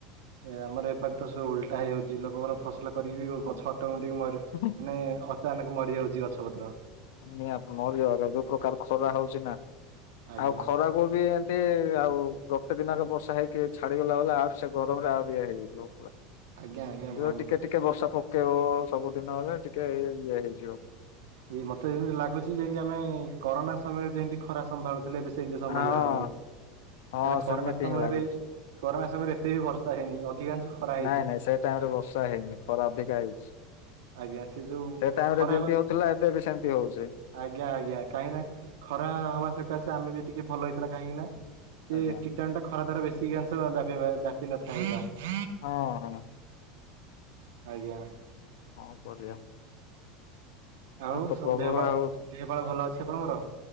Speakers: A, on the right (about 90°); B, on the left (about 75°).
A: ଏ ଆମର ଏପଟ ତ ସବୁ ଉଲଟା ହେଇଯାଉଛି ଲୋକଙ୍କର ଫସଲ କରିକି ବି ଗଛ ଅଟୋମେଟିକ ମର
B: <inaudible>
A: ନାଇଁ ଅଚାନକ ମରିଯାଉଛି ଗଛ ପତ୍ର।
B: ନିହାତି ମରିଗଲେ ଯୋଉ ପ୍ରକାର ଖରା ହଉଛି ନା
A: ଆଜ୍ଞା
B: ଆଉ ଖରା ମୁଁ ବି ଏମିତି ଆଉ ଗୋଟେ ଦିନର ବର୍ଷା ହେଇକି ଛାଡିଗଲା ହେଲେ ଆହୁରି ସେ ଗରମ ରେ ଆହୁରି ଇଏ ହେଇଯିବ।
A: ଆଜ୍ଞା ଆଜ୍ଞା
B: ଏବେ
A: ଭଲ।
B: ଅ ଟିକେ ଟିକେ ବର୍ଷା ପକେଇବ ସବୁଦିନ ହେଲେ ଟିକେ ଇଏ ହେଇଯିବ।
A: ଏଇ ମତେ ବି ଲାଗୁଛି ଯେମିତି ଆମେ କରୋନା ସମୟରେ ଯେମିତି ଖରା ସମ୍ଭାଳୁଥିଲେ ଏବେ ସେ ସେମିତି ସମ୍ଭାଳିଲା
B: ହଁ
A: ଭଳିଆ ଲାଗ କାହିଁକି
B: ହଁ
A: ନା କରୋନା
B: ସେମିତି
A: ସମୟରେ
B: ହିଁ ଲାଗୁଛି।
A: କରୋନା ସମୟରେ ଏତେ ବି ବର୍ଷା ହେଇନି ଅଧିକାଂଶ ଖରା ହେଇଛି
B: ନାଇଁ ନାଇଁ ସେଇ ଟାଇମ ରେ ବର୍ଷା ହେଇନି ଖରା ଅଧିକା ହେଇଛି।
A: ଆଜ୍ଞା ସେ ଯୋଉ
B: ସେ ଟାଇମରେ
A: ଖରା
B: ଯେମିତି ହଉଥିଲା ଏବେ ବି ସେମିତି ହଉଛି।
A: ଆଜ୍ଞା ଆଜ୍ଞା କାହିଁକି ନା ଖରା ହବା ସକାଶେ ଆମେ ବି ଟିକେ ଭଲ ହେଇଥିଲା କାହିଁକି ନା। ସେ
B: ଆଜ୍ଞା।
A: କୀଟଣୁ ଟା ଖରା ଦ୍ୱାରା ବେଶୀ ଆଂଶ ବ୍ୟାପି ପା ବ୍ୟାପି ନଥାଏ ଏଇଟା
B: ହଁ ହଁ।
A: ଆଜ୍ଞା।
B: କଣ କରିବା
A: ଆଉ
B: ଏ ତ ପ୍ରବଳ
A: ଦେହ ପା
B: ଆଉ
A: ଦେହ ଫାଳ ଭଲ ଅଛି ଆପଣଙ୍କର?